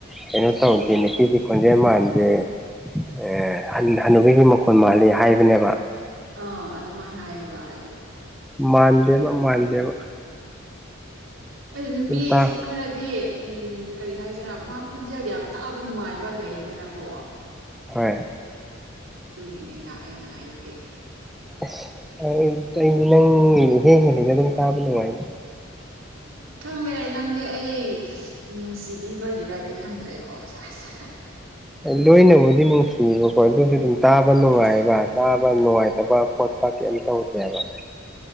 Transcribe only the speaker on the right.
ꯎꯝ
ꯑꯥ ꯑꯗꯨꯃꯥꯏ ꯍꯥꯏꯌꯦꯕ ꯑꯩꯕꯨ
ꯑꯗꯨ ꯅꯨꯄꯤꯖꯤ
ꯈꯔꯗꯤ ꯎꯝ ꯀꯔꯤ ꯍꯥꯏꯁꯤꯔꯥ ꯃꯥ ꯈꯣꯟꯖꯦꯜ ꯌꯥꯝ ꯇꯥꯕ ꯅꯨꯡꯉꯥꯏꯕ ꯂꯩꯗꯅꯀꯣ
ꯑꯗꯨꯒꯤꯅꯦꯗꯥ ꯑꯩꯅ ꯍꯥꯏꯕꯗꯤ
ꯎꯝ ꯈꯪꯗꯦ ꯅꯪ ꯗꯤ ꯑꯩ ꯅꯨꯡꯁꯤꯕꯤꯕꯒꯤꯔꯥꯗꯤ ꯈꯪꯗ꯭ꯔꯦꯀꯣ ꯑꯁ ꯑꯁ
ꯎꯝ